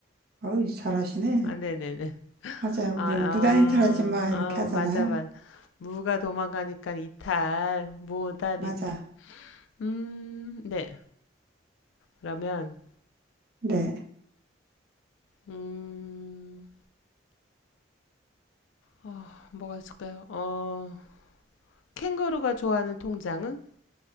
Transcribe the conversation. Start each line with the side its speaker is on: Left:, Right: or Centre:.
Right: 어우, 잘하시네.
Left: 아, 네네네.
Right: 맞아요.
Left: 아,
Right: 우리
Left: 아,
Right: 무단이탈 하지 마.
Left: 아,
Right: 이렇게 하잖아요.
Left: 맞아, 맞아. 무가 도망가니까 이탈, 무단
Right: 맞아.
Left: 이탈. 음, 네. 그러면,
Right: 네.
Left: 음, 어, 뭐가 있을까요? 어, 캥거루가 좋아하는 통장은?